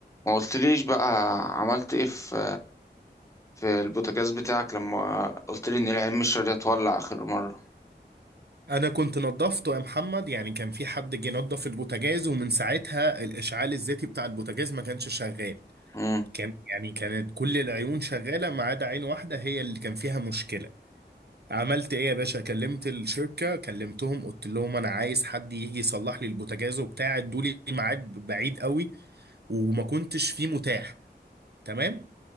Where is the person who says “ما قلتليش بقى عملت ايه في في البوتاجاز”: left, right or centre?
Left